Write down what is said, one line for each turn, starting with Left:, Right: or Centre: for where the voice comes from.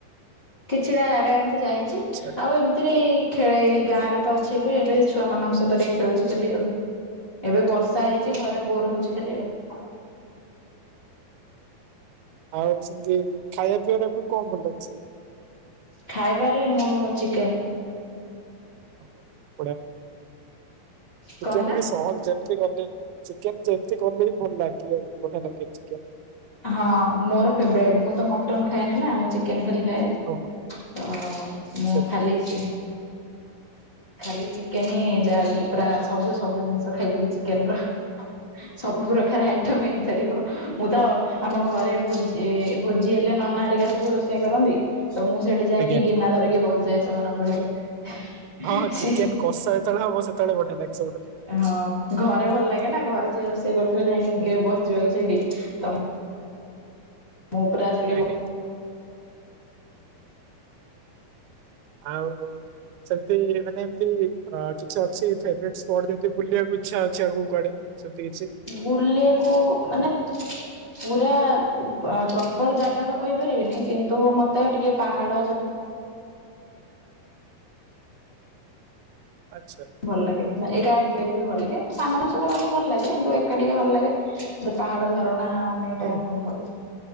Left: କିଛିଟା ଜାଗା ଏମତି ଯାଇଛି।
Right: ଆଛା।
Left: ଆଉ ଏମିତିରେ ଏଇ ଖେଳେ ଏଇ ଗାଁ ରେ ତ ଅଛି ଏବେ ଏବେ ଛୁଆ ମାନଙ୍କ ସହିତ ଟିକେ ଖେଳୁଛି ଖାଲି ଆଉ। ଏବେ ବର୍ଷା ହେଇଛି ଘରେ ବୋର ହଉଛି ଖାଲି ଆଉ।
Right: ଆଉ ସେମତି ଖାଇବା ପିଇବାରେ ଆପଣ ଙ୍କୁ କଁ ଭଲ ଲାଗେ ସବୁ?
Left: ଖାଇବାରେ ମୋର ଚିକେନ।
Right: ଓହୋ, ବଢିଆ ଚିକେନ
Left: କଣ ହେଲା?
Right: ବି ସହଜ ଯେମିତି କଲେ ଚିକେନ ଯେମିତି କଲେ ବି ଭଲ ଲାଗିବ ବଢିଆ ଲାଗେ ଚିକେନ।
Left: ହଁ ମୋର ଫେବରାଇଟ ମୁଁ ତ ମଟନ ଖାଏନି ନା ମୁଁ ଚିକେନ ଖାଲି ଖାଏ।
Right: ଓହୋ
Left: ତ
Right: ଆଚ୍ଛା
Left: ମୁଁ
Right: ଆଚ୍ଛା
Left: ଖାଲି ଛି ଖାଲି ଚିକେନ ହିଁ ଯାହାବି ପୁରା ସବୁ ସବୁ ଜିନିଷ ଖାଇଦେବି ଚିକେନ ର। ସବୁ ପ୍ରକାର ଆଇଟମ ହେଇପାରିବ, ମୁଁ ତ ଆମ ଘରେ ଭୋଜି ଭୋଜି ହେଲେ ନନା ହେରିକା ସବୁ ରୋଷେଇ କରନ୍ତି। ତ ମୁଁ ସେଠି ଯାଇକି
Right: ଆଜ୍ଞା
Left: ଗିନା ଧରିକି ବସିଯାଏ ସେମାନଙ୍କ ପାଖରେ।
Right: ହଁ ହଁ
Left: ସି
Right: ଚିକେନ କଷା ଯେତେବେଳେ ହବ ସେତେବେଳେ ବଢିଆ ଲାଗେ ସବୁଠୁ ଖାଇବା
Left: ହଁ ଘରେ ଭଲ ଲାଗେ ନା ଘରେ ଯେ ରୋଷେଇ କରୁଥିବେ ଯାଇଁକି
Right: ହୁଁ।
Left: ବସ ଯିବାକୁ ସେଇଠି। ତ ମୁଁ ପୁରା ସେଠୀ ବ
Right: ଆଜ୍ଞା। ଆଉ ହୋଉ। ସେମତି ମାନେ ଏମତି କିଛି ଅଛି ଫେବ୍ରେଟ ସ୍ପଟ ଯେମିତି ବୁଲିବାକୁ ଇଛା ଅଛି ଆଗକୁ କୁଆଡେ? ସେମତି କିଛି।
Left: ବୁଲେ କୋଉ ମାନେ। ପୁରା ଅ ପ୍ରପର ଜାଗା ତ କହିପାରିବିନି କିନ୍ତୁ ମତେ ଟିକେ ପାହାଡ ଝ
Right: ଆଚ୍ଛା।
Left: ଭଲ ଲାଗେ ମାନେ ଏକା ଯିବାକୁ ବି ଭଲ ଲାଗେ, ସାଙ୍ଗମାନଙ୍କ ସହିତ ଗଲେ ଭଲ ଲାଗେ କିନ୍ତୁ ଏକା ଟିକେ ଭଲ ଲାଗେ‌। ମତେ ପାହାଡ଼ ଝରଣା ବୁଲିବାକୁ
Right: ହଁ ହୁଁ ହୁଁ
Left: ବହୁତ ଭଲ ଲାଗେ।